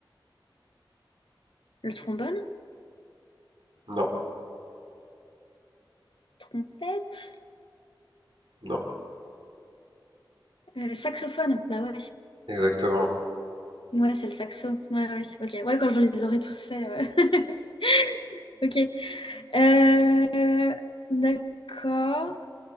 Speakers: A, on the left; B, on the right.
A: Le trombone?
B: Non,
A: Trompette?
B: non,
A: Euh, saxophone? Bah ouais.
B: exactement.
A: Ouais, c'est le saxo. Ouais, ouais, ok. Ouais, quand je les aurai tous faits. euh, <laughs> Ok. Euh, D'accord.